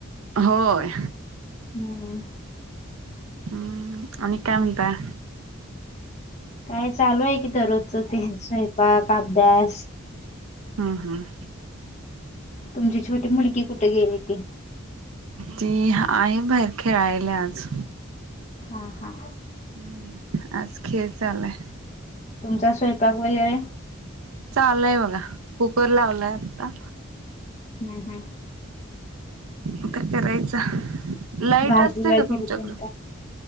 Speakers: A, on the right; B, on the left.
A: होय.
B: हम्म.
A: अम्म आणि काय म्हणताय.
B: काय चालू आहे की दररोजच ते स्वयंपाक, अभ्यास
A: हम् हम्.
B: तुमची छोटी मुलगी कुठ गेली ती
A: ती आहे बाहेर खेळायले आज
B: हा हा.
A: हम्म आज खेळ चालंलाय.
B: तुमचा स्वयंपाक वगैरे
A: चालू हाय बघा कुकर लावलाय आता
B: हूं हूं
A: आता करायचा लाईट
B: भाजी
A: असते
B: वगैरे
A: का तुमच्याकड
B: तेन काय